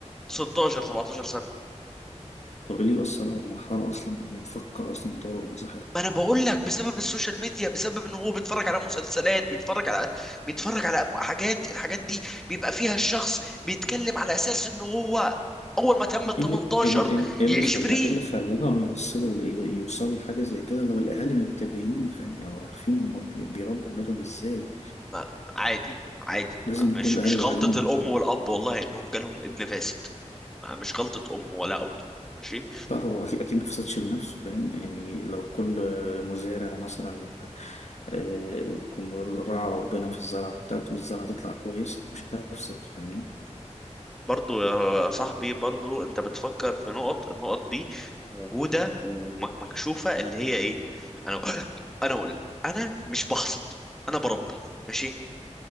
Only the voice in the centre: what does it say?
16 17 سنه
ما انا بقول لك بسبب السوشيال ميديا بسبب ان هو بيتفرج على مسلسلات بيتفرج على بيتفرج على حاجات الحاجات دي بيبقى فيها الشخص بيتكلم على اساس ان هو اول ما تم ال 18
يعيش
فري
ما- عادي عادي
ما-
مش
مش
غلطة الام والاب والله انهم جالهم ابن فاسد ما- مش غلطة ام ولا اب ماشي
برضو يا صاحبي برضو انت بتفكر في نقط النقط دي موجودة ومكشوفة اللي هي ايه انا <clears throat> انا اقول لك انا مش بحصد انا بربي ماشي